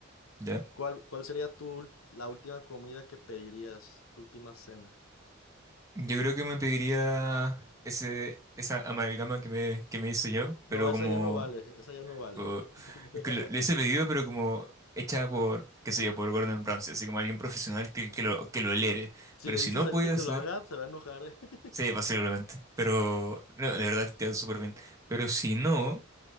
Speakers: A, on the right (about 15°); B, on the left (about 80°).
A: ya.
B: ¿Cuál, cuál sería tu, ul- la última comida que pedirías, tu última cena?
A: Yo creo que me pediría ese, esa amalgama que me, que me hice yo, pero
B: No, esa
A: como...
B: ya no vale, esa ya no vale.
A: por-
B: <laughs>
A: es que lo- le hice pedido, pero como hecha por, qué sé yo, por Gordon Ramsay, así como alguien profesional que, que lo, que lo eleve.
B: Si
A: Pero
B: le
A: si
B: dices
A: no
B: a
A: pudiera
B: él que te
A: acceder,
B: lo haga, se va a enojar, ¿eh? <laughs>
A: sí, posiblemente. Pero no, de verdad queda súper bien. Pero si no...